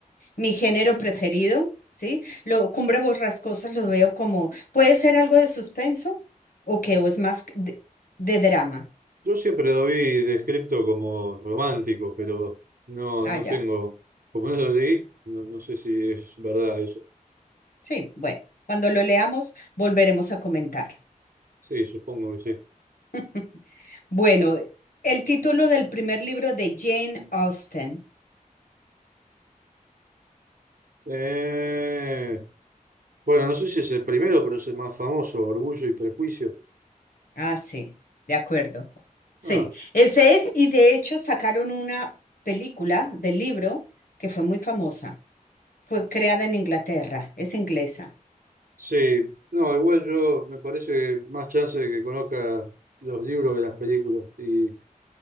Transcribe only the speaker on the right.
Yo siempre lo vi descrito como romántico, pero no,
no
tengo, como no lo leí, no, no sé si es verdad eso.
Sí, supongo que sí.
Eh, Bueno, no sé si es el primero, pero es el más famoso, Orgullo y Prejuicio.
Ah,
sí. No, igual yo me parece que más chance de que conozca los libros que las películas. Y,